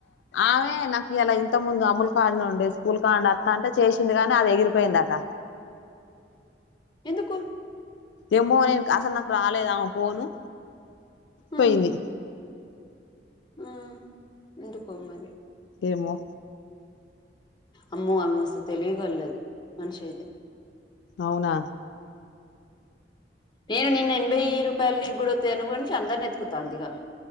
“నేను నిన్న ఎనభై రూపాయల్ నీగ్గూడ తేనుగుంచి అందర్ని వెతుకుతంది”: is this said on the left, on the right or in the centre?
Left